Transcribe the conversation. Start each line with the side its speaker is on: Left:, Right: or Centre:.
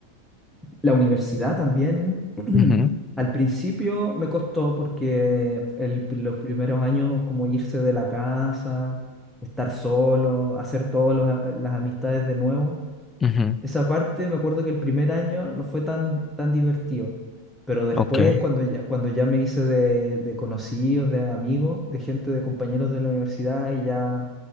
Centre: La universidad también, <clears throat>
Left: Ujú,
Centre: al principio me costó porque el, los primeros años como irse de la casa, estar solo, hacer todas las amistades de nuevo.
Left: ujú,
Centre: Esa parte, me acuerdo que el primer año no fue tan, tan divertido, pero después
Left: Ok.
Centre: cuando ya, cuando ya me hice de, de conocidos, de amigos, de gente, de compañeros de la universidad y ya